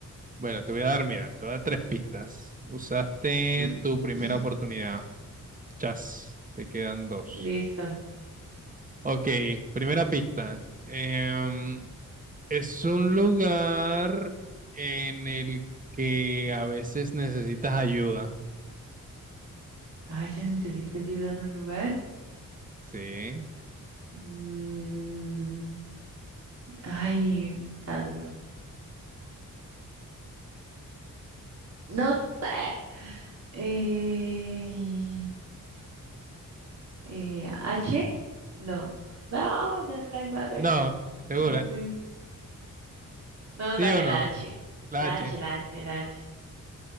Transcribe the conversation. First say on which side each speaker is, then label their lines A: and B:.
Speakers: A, on the right; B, on the right.
A: Bueno, te voy a dar, mira, te voy a dar tres pistas. Usaste
B: <clears throat>
A: tu primera oportunidad. Chas, te quedan dos.
B: Listo.
A: Ok, primera pista. Em, es un lugar en el que a veces necesitas ayuda.
B: A veces necesito ayuda en un lugar.
A: Sí.
B: Mm, ay, está duro. No sé. Eh, eh, H. No. No, ya la embarré.
A: No, segura.
B: No sé. No,
A: ¿Sí
B: dale
A: o no?
B: la H.
A: La
B: La
A: H.
B: H, la H, la H.